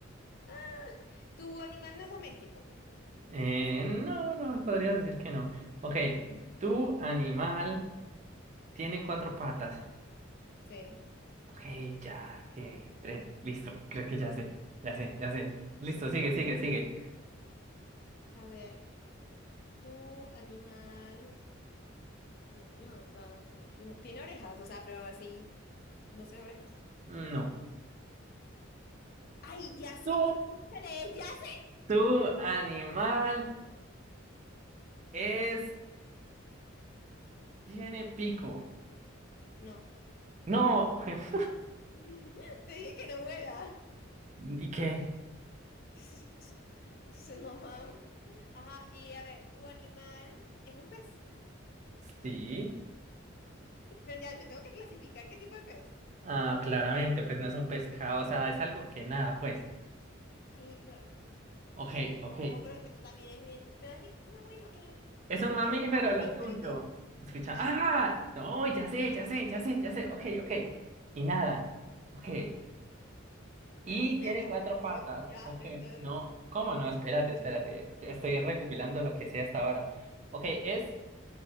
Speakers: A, on the left (about 50°); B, on the right (about 35°).
A: Ah, ¿tu animal no es doméstico?
B: Eh, no, no, podrías decir que no. Ok,
A: Ujú.
B: tu animal tiene cuatro patas.
A: Sí.
B: Ok, ya, friegue, friegue. Listo, creo que ya sé, ya sé, ya sé. Listo, sigue,
A: Ujú.
B: sigue, sigue.
A: A ver, tu animal, Dios mío, o sea, tiene tiene orejas, o sea, pero así, no sé, orejas.
B: No.
A: Ay, ya sé
B: Tu,
A: que escúchale, ya sé.
B: tu animal es, tiene pico.
A: No,
B: No. <laughs>
A: <laughs> te dije que no vuela.
B: ¿Y qué?
A: <laughs> No, mam. Ajá, y a ver, ¿tu animal es un pez?
B: Sí.
A: Pero ya, yo tengo que clasificar qué tipo de pez.
B: Ah, claramente, pues no es un pescado, o sea, es algo que nada, pues.
A: Ay, pero,
B: Ok,
A: no,
B: ok.
A: pero es que tú también es bien. Me vas a decir, no, bueno, eh,
B: Es
A: es
B: un
A: un
B: mamífero
A: pez. Ah,
B: lo
A: listo,
B: tuyo.
A: y tú.
B: Escucha,
A: Ah,
B: ah, no, ya sé, ya sé, ya sé, ya sé, ok, ok. Y nada, ok.
A: claro
B: Y
A: que inhala,
B: tiene cuatro patas,
A: obvio. Ya,
B: ok.
A: listo.
B: No, ¿cómo no? Espérate, espérate. ya Estoy recopilando lo que sé hasta ahora. Ok, es